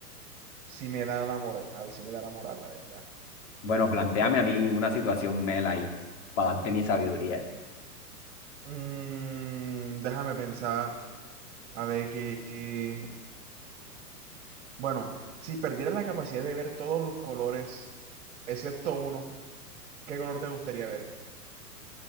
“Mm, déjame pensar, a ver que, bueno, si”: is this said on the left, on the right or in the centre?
Right